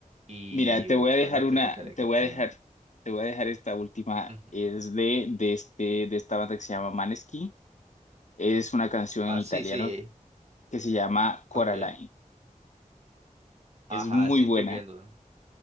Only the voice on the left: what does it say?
mira, te voy a dejar
una,
te
voy
a dejar, te voy a dejar esta última.
Es de, de este, de esta banda que se llama Maneskin. Es una canción
en italiano
que se llama Coraline.
Es
muy
buena.